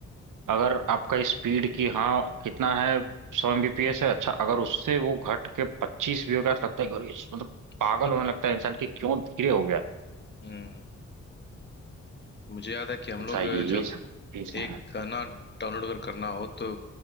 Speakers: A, on the right; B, on the left.
A: अगर आपका स्पीड की हाँ कितना है सौ एमबीपीएस है अच्छा अगर उससे वो घट के पच्चीस भी हो गया तो लगता है कि अरे इस- मतलब पागल
B: <laughs>
A: होने लगता है इंसान कि क्यों धीरे हो गया
B: हम्म मुझे याद है कि हम
A: अच्छा
B: लोग
A: ये ये
B: जब
A: सब चीज
B: एक
A: है
B: गाना डाउनलोड अगर करना हो तो